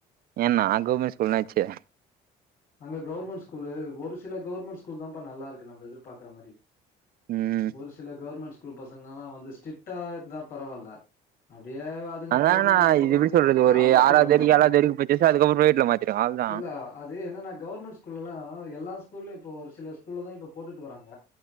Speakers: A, on the right; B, on the left.
A: ஏன்னா கவ்ர்மென்ட் ஸ்கூல் என்னாச்சு
B: அங்க கவ்ர்மெண்ட் ஸ்கூலு ஒரு சில கவ்ர்மெண்ட் ஸ்கூல் தாப்ப நல்லாருக்கு நம்ம எதிர்பாக்ற மாரி
A: ம்
B: ஒரு சில கவ்ர்மெண்ட் ஸ்கூல் பசங்க எல்லா வந்து ஸ்ட்ரிக்டா இருந்தா பரவால்ல அப்டியே வரு துங்க
A: அதாண்ணா
B: போதுங்க அந்த பக்கோ
A: இது எப்டி
B: க்
A: சொல்றது
B: காம்பவுண்ட்
A: ஒரு ஆறாவது
B: இல்லப்பா
A: வரைக்கு ஏழாவது வரைக்கு படிச்சாச்சு அதுக்கப்புறோ ப்ரைவேட்ல மாத்திருக்கே அவ்ளதா
B: இல்ல து என்னன்னா கவ்ர்மெண்ட் ஸ்கூல்ல எல்லா ஸ்கூல்லயு இப்ப ஒரு சில ஸ்கூல்ல தா இப்ப போட்டுட்டு வராங்க